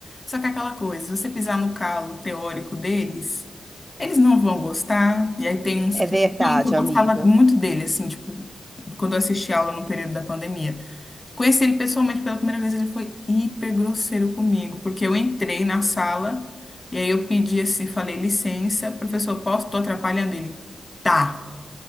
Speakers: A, on the left (about 35°); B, on the right (about 20°).
A: Só que é aquela coisa, se você pisar no calo teórico deles... Eles não vão gostar. E aí tem uns
B: É
A: que.
B: verdade,
A: Tem um que eu gostava
B: amiga.
A: muito dele, assim, tipo, quando eu assisti aula no período da pandemia. Conheci ele pessoalmente pela primeira vez, ele foi hiper grosseiro comigo, porque eu entrei na sala e aí eu pedi assim, falei, licença, professor, posso? Tô atrapalhando ele. Tá,